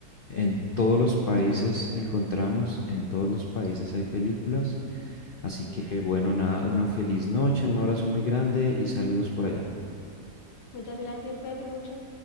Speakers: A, on the left (about 70°); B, on the left (about 85°).
A: en todos los países encontramos, en todos los países hay películas. Así que
B: Mm.
A: bueno, nada, una feliz noche, un abrazo muy grande y saludos por allá.
B: Muchas gracias, cuídate mucho.